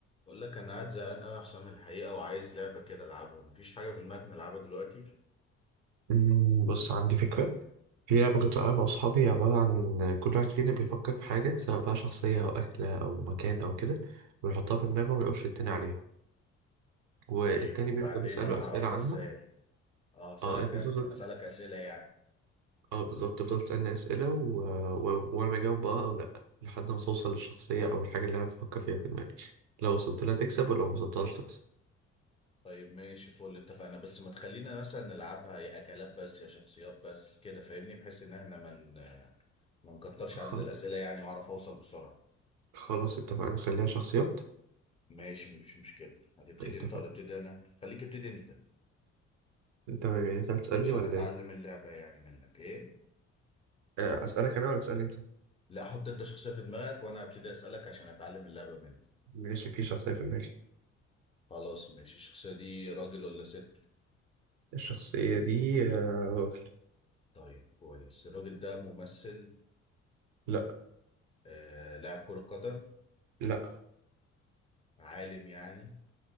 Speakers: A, on the left; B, on the right.
A: بقول لك انا قاعد زهقان قوي يا حسام الحقيقه وعايز لعبه كده العبها مفيش حاجه في دماغك نلعبها دلوقتي
B: مم، بص عندي فكرة في لعبة كنت بلعبها مع أصحابي عبارة عن كل واحد فينا بيفكر في حاجة سواء بقى شخصية أو أكلة أو مكان أو كده ويحطها في دماغه وما يقولش التاني عليها والتاني
A: طيب وبعدين
B: بيفضل يسأله
A: انا
B: أسئلة
A: هعرفها
B: عنها
A: ازاي اه هسالك
B: اه أنت بتفضل
A: هسالك اسئله يعني
B: اه بالظبط تفضل تسألني أسئلة و... و... وأنا بجاوب بقى أو لأ لحد ما توصل للشخصية أو الحاجة اللي أنا بفكر فيها في دماغي لو وصلت لها تكسب ولو ما وصلتهاش تكسب
A: طيب ماشي فل اتفقنا بس ما تخلينا مثلا نلعبها يا اكلات بس يا شخصيات بس كده فاهمني بحيث ان احنا ما من... ما نكترش عدد
B: خل...
A: الاسئله يعني واعرف اوصل بسرعه
B: خلاص اتفقنا نخليها شخصيات
A: ماشي مفيش مشكله هتبتدي
B: اتفقنا
A: انت ولا ابتدي انا خليك ابتدي انت
B: أنت أنت هتسألني
A: عشان
B: ولا
A: اتعلم
B: إيه؟
A: اللعبه يعني منك ايه
B: آه، أسألك أنا ولا تسألني أنت؟
A: لا حط انت شخصيه في دماغك وانا هبتدي اسالك عشان اتعلم اللعبه منك
B: ماشي في شخصية في دماغي
A: خلاص ماشي الشخصية دي راجل ولا ست؟
B: الشخصية دي آه، راجل
A: طيب كويس الراجل ده ممثل
B: لا
A: آه لاعب كرة قدم
B: لا
A: عالم يعني